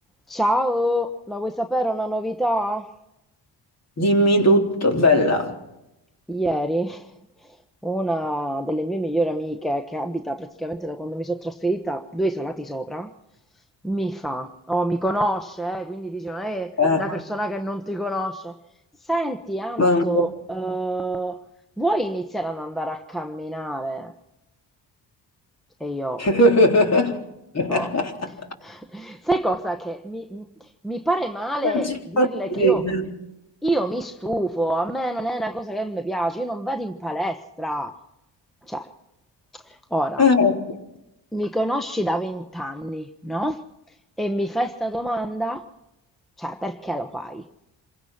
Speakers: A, in the centre; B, on the left (about 35°).
A: Ciao, ma vuoi sapere una novità?
B: Dimmi tutto, bella.
A: Ieri una delle mie migliori amiche, che abita praticamente da quando mi sono trasferita due isolati sopra, mi fa, oh, mi conosce, eh, quindi dice, non è
B: Eh,
A: una persona che non ti conosce. Senti, Anto,
B: ma-
A: eh, vuoi iniziare ad andare a camminare? E io,
B: <laughs>
A: Tipo, <laughs> sai cosa? Che mi, mi pare male
B: Non ci
A: dirle
B: posso credere.
A: che io, io mi stufo, a me non è una cosa che mi piace, io non vado in palestra. Cioè, ora,
B: Eh,
A: mi conosci da vent'anni, no? E mi fai sta domanda? Cioè, perché lo fai?